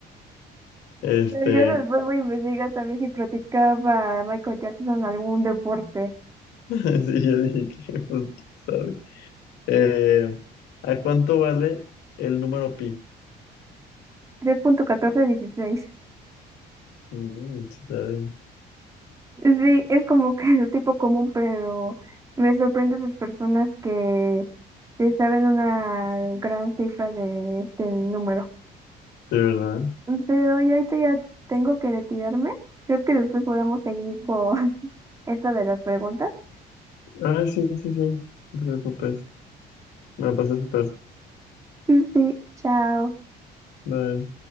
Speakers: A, on the left; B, on the right.
A: Este,
B: Pero Yo después voy a investigar también si practicaba Michael Jackson algún deporte.
A: <laughs> sí, yo dije que, pues, quién sabe. Eh, ¿a cuánto vale el número pi?
B: tres punto catorce dieciséis
A: Mm, sí, sabes,
B: Sí, es como que el tipo común, pero me sorprende las personas que se saben una gran cifra de este número.
A: de verdad.
B: Pero yo ahorita ya tengo que retirarme. ¿Crees que después podamos seguir con <laughs> esto de las preguntas?
A: Ah, sí, sí, sí. No te preocupes. Me la pasé súper.
B: Sí, sí, chao.
A: Bye.